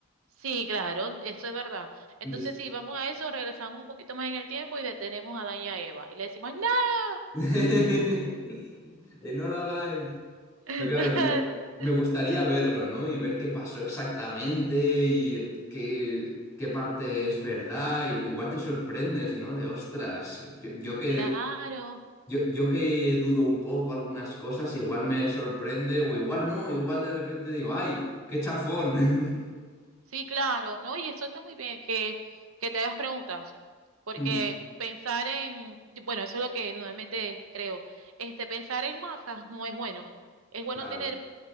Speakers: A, on the right; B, in the centre.
A: Sí, claro, eso es verdad. Entonces,
B: Entonces.
A: si vamos a eso, regresamos un poquito más en el tiempo y detenemos a Daña Eva y le decimos, ¡No!
B: <laughs> eh, No lo hagáis.
A: <laughs>
B: Pero claro, me, me gustaría verlo, ¿no? Y ver qué pasó exactamente y qué, qué parte es verdad. I- Igual te sorprendes, ¿no? De ostras, yo, yo que
A: Claro.
B: Yo, yo que dudo un poco algunas cosas, igual me sorprende o igual no, igual de repente digo, ¡ay, qué chafón! <laughs>
A: Sí, claro, ¿no? Y eso está muy bien, que, que te hagas preguntas, porque
B: Hmm,
A: pensar en, bueno, eso es lo que normalmente creo, este, pensar en masas no es bueno, es bueno
B: Claro,
A: tener